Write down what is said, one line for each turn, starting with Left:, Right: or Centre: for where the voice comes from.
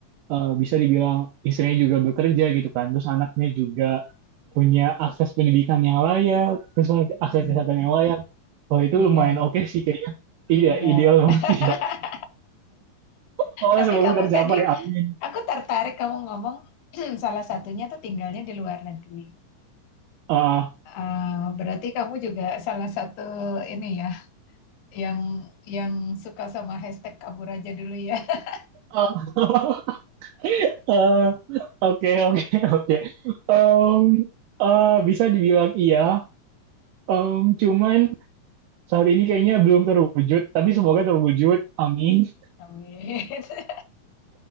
Right: eh, bisa dibilang istrinya juga bekerja gitu kan, terus anaknya juga punya akses pendidikan yang layak, terus lagi akses
Left: Hmm,
Right: kesehatan yang layak. Wah itu
Left: ideal,
Right: lumayan oke sih kayaknya. Iya,
Left: ideal.
Right: ideal banget
Left: <laughs>
Right: sih ya. Oh,
Left: Tapi
Right: semoga
Left: kamu
Right: tercapai.
Left: tadi,
Right: Amin.
Left: aku tertarik kamu ngomong <clears throat> salah satunya tuh tinggalnya di luar negeri.
Right: Ah,
Left: Eh, berarti kamu juga salah satu ini ya yang yang suka sama hashtag kabur aja dulu ya. <laughs>
Right: ah, eh, <laughs> Oke, oke, oke. um eh, bisa dibilang iya. um cuman saat ini kayaknya belum terwujud, tapi semoga terwujud. Amin.
Left: Amin. <laughs>